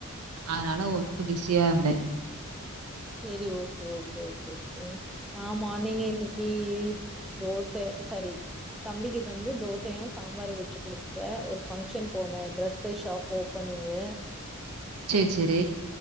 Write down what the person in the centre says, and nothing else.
செரி ஓகே ஓகே ஓகே ஓகேங்க ஆமா நீங்க <unintelligible> தோச சரி தம்பிக்கு வந்து தோசையு சாம்பாரு வச்சு குடுத்துட்டா ஒரு பங்க்ஷன் போன டிரெஸ்சு ஷாப் ஓப்பனிங்கு